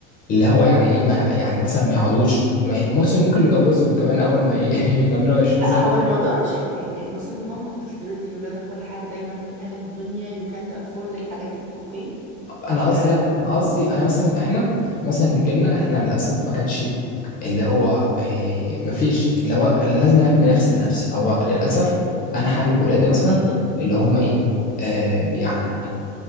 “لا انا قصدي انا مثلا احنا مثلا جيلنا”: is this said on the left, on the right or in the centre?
Left